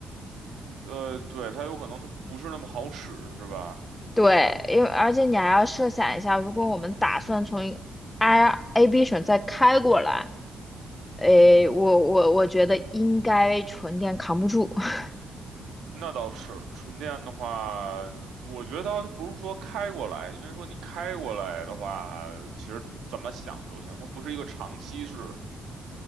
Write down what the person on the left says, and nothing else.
对，因为而且你还要设想一下，如果我们打算从 I A B 省再开过来，诶，我我我觉得应该纯电扛不住。<laughs>